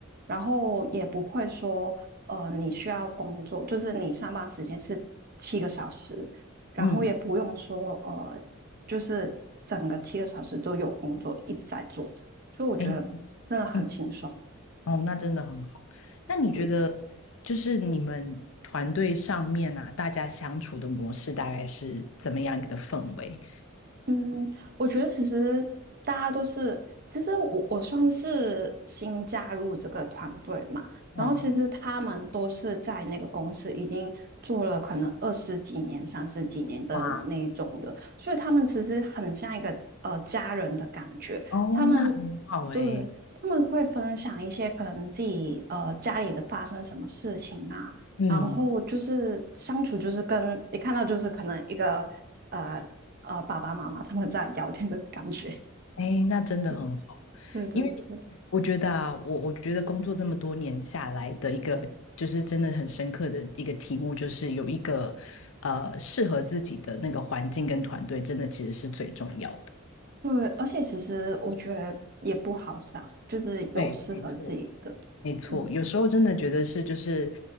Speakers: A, on the right (about 45°); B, on the left (about 70°).
A: 然后也不会说，呃，你需要工作，就是你上班时间是七个小时，然后也不用说，
B: 嗯，
A: 呃，就是整个七个小时都有工作一直在做，所以我觉得真的很轻松。
B: 哎，嗯，哦，那真的很好。那你觉得，
A: 对
B: 就是你们团队上面啊，大家相处的模式大概是怎么样一个的氛围？
A: 嗯，我觉得其实大家都是，其实我我算是新加入这个团队嘛，然后其实他们都是在那个公司已经做了可能二十几年、
B: 哦，
A: 三十几年的那一种的，
B: 哇，
A: 所以他们其实很像一个呃家人的感觉，
B: 哦，
A: 他们
B: 那很好诶，
A: 对他们会分享一些可能自己呃家里的发生什么事情啊。
B: 嗯。
A: 然后就是相处，就是跟你看到就是可能一个呃呃爸爸妈妈他们在聊天的感觉。<laughs>
B: 哎，那真的很好，
A: 对对对对
B: 因为我觉得啊，我我觉得工作这么多年下来的一个，就是真的很深刻的一个体悟，就是有一个呃适合自己的那个环境跟团队，真的其实是最重要的。
A: 对，而且其实我觉得也不好找，就是有适合自己的。
B: 对，没错，没错，
A: 嗯，
B: 有时候真的觉得是就是